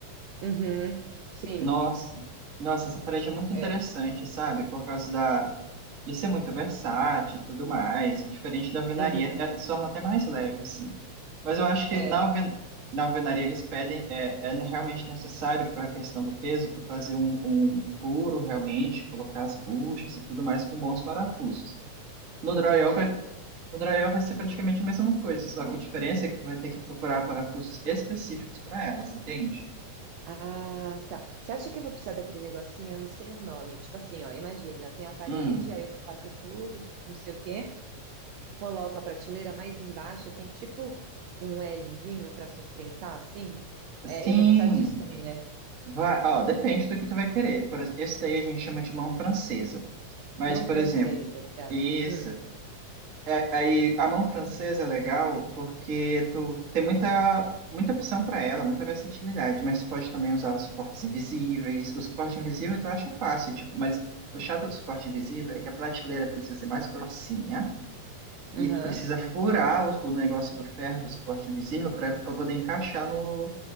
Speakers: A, on the right; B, on the right.
A: Uhum, sim,
B: Nossa, nossa, essa parede é muito
A: é.
B: interessante, sabe? Por causa da, E ser muito versátil e tudo mais, e diferente da alvenaria,
A: Uhum,
B: é, se torna até mais leve, assim. Mas eu acho que
A: é,
B: na, alven na alvenaria eles pedem, é, é ne- realmente necessário para a questão do peso, tu fazer um, um furo realmente, colocar as buchas e tudo mais com bons parafusos. No
A: entendi.
B: drywall vai, no drywall vai ser praticamente a mesma coisa, só que a diferença é que tu vai ter que procurar parafusos específicos para elas, entende?
A: Ah, tá. Você acha que eu vou precisar daquele negocinho? Eu não sei o nome. Tipo assim, ó, imagina, tem a parede,
B: Hum,
A: aí eu faço o furo, não sei o quê, coloco a prateleira mais embaixo, tem tipo um Lzinho para sustentar, assim.
B: sim.
A: É, eu vou precisar disso também, né?
B: Vai, ó, depende do que tu vai querer. Por exemplo, esse daí a gente chama de mão francesa. Mas,
A: Mão
B: por
A: francesa,
B: exemplo,
A: obrigada.
B: isso.
A: Hum,
B: É- aí a mão francesa é legal porque tu tem muita, muita opção para ela, muita versatilidade, mas tu pode também usar os suportes invisíveis. O suporte invisível tu acha fácil, tipo, mas o chato do suporte invisível é que a prateleira precisa ser mais grossinha e
A: aham.
B: tu precisa furar o, o negócio do ferro do suporte invisível para poder encaixar no,